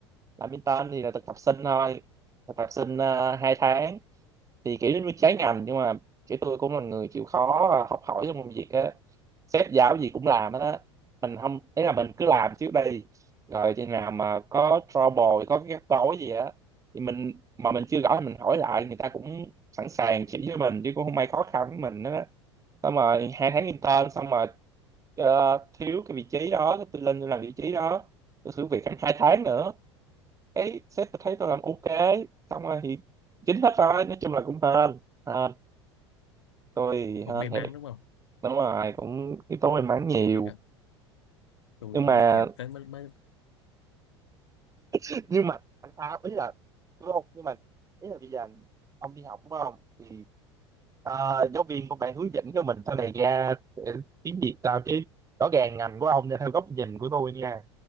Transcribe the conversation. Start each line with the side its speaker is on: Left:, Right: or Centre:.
Right: làm intern thì là thực tập sinh thôi thực tập sinh uh, 2 tháng thì kiểu giống như trái ngành nhưng mà kiểu tôi cũng là người chịu khó à, học hỏi trong công việc á sếp giao gì cũng làm hết á mình không ý là mình cứ làm trước đây rồi chừng nào mà có trouble có cái rắc rối gì á thì mình mà mình chưa rõ thì mình hỏi lại người ta cũng sẵn sàng chỉ cho mình chứ cũng không ai khó khăn với mình đó xong rồi hai tháng intern xong rồi ờ, thiếu cái vị trí đó tôi lên tôi làm vị trí đó tôi thử việc khoảng hai tháng nữa cái sếp thấy tôi làm ok xong rồi thì chính hết rồi nói chung là cũng hên hên tôi thì
Left: Cũng
Right: hên
Left: may mắn
Right: thiệt
Left: đúng không?
Right: đúng rồi cũng yếu tố may mắn nhiều
Left: Thì đó, tôi
Right: nhưng
Left: không
Right: mà
Left: biết ngành tới mới, mới
Right: <laughs> nhưng mà tại sao ý là đúng không nhưng mà ý là bây giờ ông đi học đúng không thì ờ, giáo viên của bạn hướng dẫn cho mình sau này ra sẽ tiếng Việt sao chứ rõ ràng ngành của ông nha, theo góc nhìn của tôi nha